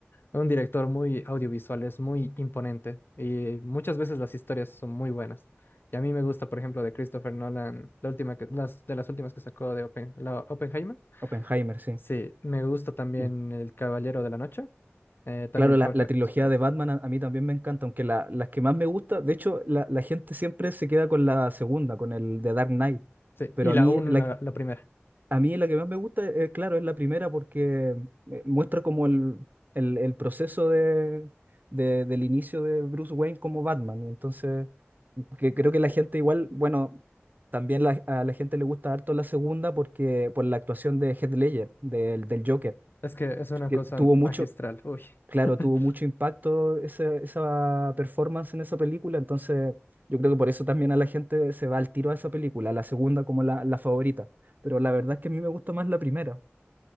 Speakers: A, on the left; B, on the right.
A: un director muy audiovisual, es muy imponente y muchas veces las historias son muy buenas. Y a mí me gusta, por ejemplo, de Christopher Nolan, la última que- las, de las últimas que sacó de Oppen- la Oppenheimer.
B: Oppenheimer, sí.
A: Sí, me gusta también
B: Y
A: El Caballero de la Noche, eh, también
B: claro, la,
A: porque,
B: la trilogía
A: pues, esperar,
B: de Batman a, a mí también me encanta, aunque la, las que más me gusta, de hecho, la, la gente siempre se queda con la segunda, con el de Dark Knight,
A: sí,
B: pero
A: y
B: a
A: la
B: mí
A: 1,
B: la,
A: la la primera.
B: A mí la que más me gusta, eh, claro, es la primera porque eh, muestra como el, el- el proceso de, de- del inicio de Bruce Wayne como Batman. Y entonces, que creo que la gente igual, bueno, también la- a la gente le gusta harto la segunda porque por la actuación de Heath Ledger, del, del Joker,
A: Es que es una
B: que
A: cosa
B: tuvo
A: magistral,
B: mucho,
A: uy.
B: Claro,
A: <laughs>
B: tuvo mucho impacto ese- esa performance en esa película, entonces yo creo que por eso también a la gente se va al tiro a esa película, a la segunda como la, la favorita, pero la verdad es que a mí me gusta más la primera.